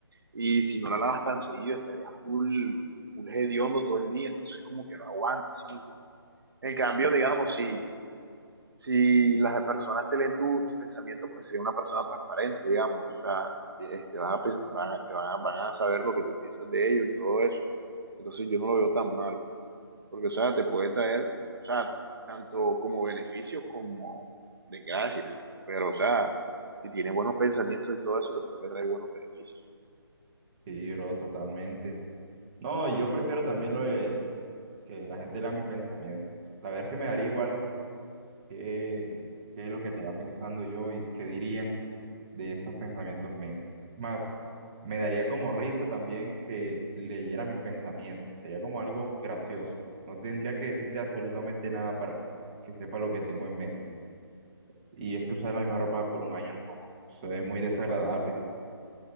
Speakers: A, on the right; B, on the right.
A: Y si no la lavas tan seguido, estaría full, full hediondo todo el día. Entonces, como que no aguantas. ¿sí? En cambio, digamos, si, si las personas te leen tu- tus pensamientos, pues sería una persona transparente, digamos. O sea, este, vas a, pen- van, a- te van, a, van a saber lo que tú piensas de ellos y todo eso. Entonces, yo no lo veo tan malo porque, o sea, te puede traer, o sea, tanto como beneficios como desgracias, pero, o sea, si tienes buenos pensamientos y todo eso, te puede traer buenos beneficios.
B: Sí, bro, totalmente. No, y yo prefiero también lo de que la gente lea mis pensamientos. La verdad es que me daría igual qué que lo que estaría pensando yo y qué dirían. de esos pensamientos míos. Más, me daría como risa también que leyera mis pensamientos. Sería como algo gracioso. No tendría que decirte absolutamente nada para que sepa lo que tengo en mente. Y es que usar la misma ropa por un año, no. Eso es muy desagradable,